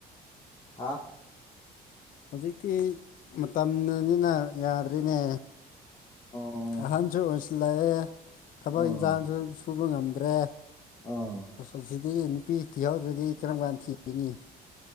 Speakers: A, on the left; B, on the left.
A: ꯍꯥꯥ
B: ꯍꯧꯖꯤꯛꯇꯤ ꯃꯇꯝꯅꯤꯅ ꯌꯥꯗ꯭ꯔꯤꯅꯦ
A: ꯑꯣ
B: ꯑꯍꯟꯁꯨ ꯑꯣꯏꯟꯁꯤꯜꯂꯛꯑꯦ ꯊꯕꯛ
A: ꯑꯥ
B: ꯏꯟꯁꯥꯡꯁꯨ ꯁꯨꯕ ꯉꯝꯗ꯭ꯔꯦ
A: ꯑꯥ
B: ꯑꯁꯣ ꯑꯁꯤꯗꯤ ꯅꯨꯄꯤ ꯊꯤꯍꯎꯗ꯭ꯔꯗꯤ ꯀꯔꯝ ꯀꯥꯟ ꯊꯤꯔꯤꯅꯤ